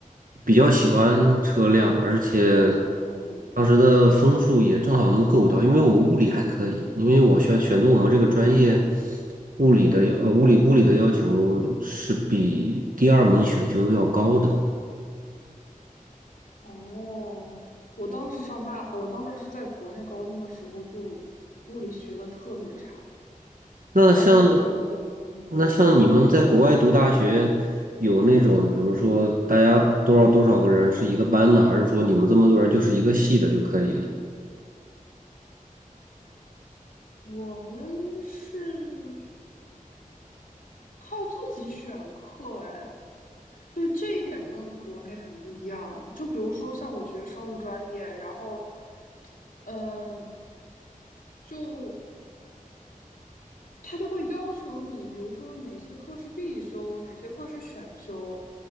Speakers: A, on the right; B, on the left.
A: 比较喜欢车辆，而且
B: 比较嗯
A: 当时的分数也正好能够到，因为我物理还可以，因为我选选择我们这个专业，物理的呃物理物理的要求是比第二门选修要高的。
B: 哦。我当时上大，呃我当时是在国内高中的时候就物理学的特别差，
A: 那像
B: 我当时就觉得，嗯，
A: 那像你们在国外读大学，有那种比如说大家多少多少个人是一个班的，还是说你们这么多人就是一个系的就可以了？
B: 我们是靠自己选课，哎，对这一点跟国内很不一样。就比如说像我学生物专业，然后，呃，就他就会要求你，比如说哪些课是必修，哪些课是选修。